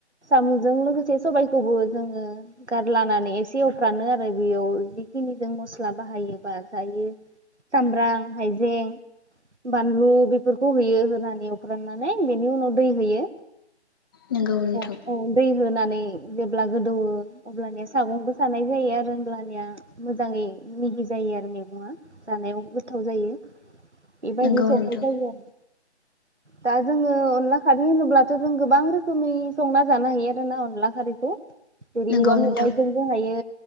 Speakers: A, on the right; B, on the left.
A: साम'जों लोगोसे सबायखौबो जोङो गारलानानै एसे एवफ्रामो आरो बेयाव जिखिनि जों मस्ला बाहायोबा जायो सामब्राम, हायजें, बानलु बेफोरखौ होयो गोरान एवफ्रामनानै बेनि उनाव दै होयो।
B: नोंगौ नोंथां
A: ह औ दै होनानै ओ जेब्ला गोदौवो अब्लानिया सागंबो सानाय जायो आरो होमब्लानिया मोजाङै मिहि जायो आरो मैगंआ जानायाव गोथाव जायो। इबेबायदि
B: नोंगौ
A: संनाय
B: नोंथां
A: जायो आरो दा जोङो अनला खारै होनोब्लाथ' जों गोबां रोखोमै संना जानो हायो आरोना अनला खारैखौ। जेरै
B: नोंगौ
A: औवा मेवाइजोंबो
B: नोंथां
A: जायो।